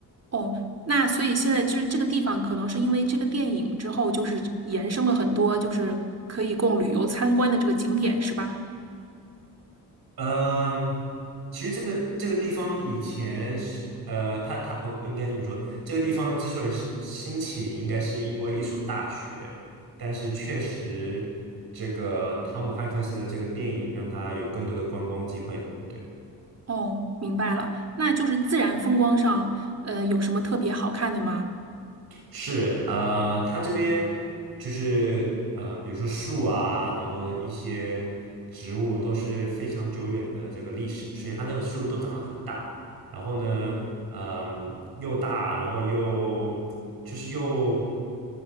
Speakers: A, on the right; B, on the right.
A: 哦，那所以现在就是这个地方，可能是因为这个电影之后，就是延伸了很多，就是可以供旅游参观的这个景点，是吧？
B: 嗯，其实这个这个地方以前是呃，他他我我应该这么说，这个地方之所以是兴起，应该是因为一所大学，但是确实这个汤姆汉克斯的这个电影让他有更多的观光机会吧。对。
A: 哦，明白了，那就是自然风光上，呃，有什么特别好看的吗？
B: 是，呃，它这边就是呃，比如说树啊，然后一些植物都是非常久远的这个历史，所以它这个树都长得很大，然后呢，嗯、又大，然后又就是又